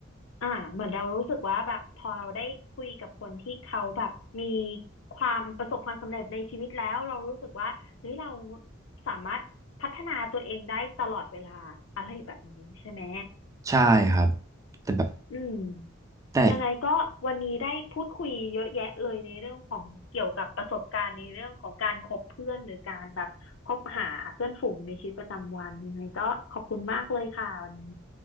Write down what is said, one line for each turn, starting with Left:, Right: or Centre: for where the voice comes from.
Left: อ่าเหมือนเรารู้สึกว่าแบบพอเราได้คุยกับคนที่เขาแบบมีความประสบความสำเร็จในชีวิตแล้วเรารู้สึกว่าเฮ้ยเราสามารถพัฒนาตัวเองได้ตลอดเวลาอะไรแบบนี้ใช่ไหม
Right: ใช่ครับแต่แบบ
Left: อืม
Right: แต่
Left: ยังไงก็วันนี้ได้พูดคุยเยอะแยะเลยในเรื่องของเกี่ยวกับประสบการณ์ในเรื่องของการคบเพื่อนหรือการแบบคบหาเพื่อนฝูงในชีวิตประจำวันยังไงก็ขอบคุณมากเลยค่ะวันนี้